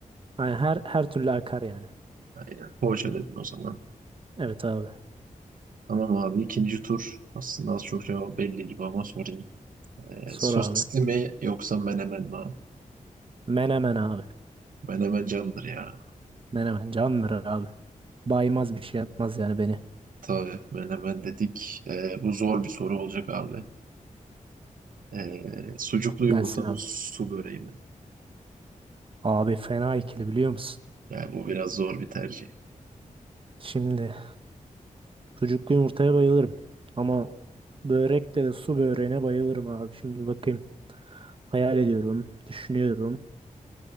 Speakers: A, on the right (about 40°); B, on the right (about 80°).
A: Aynen her her türlü akar yani.
B: Aynen. Poğaça dedin o zaman.
A: Evet abi.
B: Tamam abi ikinci tur. Aslında az çok cevabı belli gibi ama sorayım. Ee,
A: Sor
B: sosisli
A: abi.
B: mi yoksa menemen mi abi?
A: Menemen abi.
B: Menemen candır ya.
A: Menemen candır abi. Baymaz bir şey yapmaz yani beni.
B: Tabii menemen dedik. Ee, bu zor bir soru olacak abi. Ee, sucuklu yumurta
A: Gelsin
B: mı
A: abi.
B: su böreği mi?
A: Abi fena ikili biliyor musun?
B: Yani bu biraz zor bir tercih.
A: Şimdi sucuklu yumurtaya bayılırım. Ama börekte de su böreğine bayılırım abi. Şimdi bakayım. Hayal ediyorum. Düşünüyorum.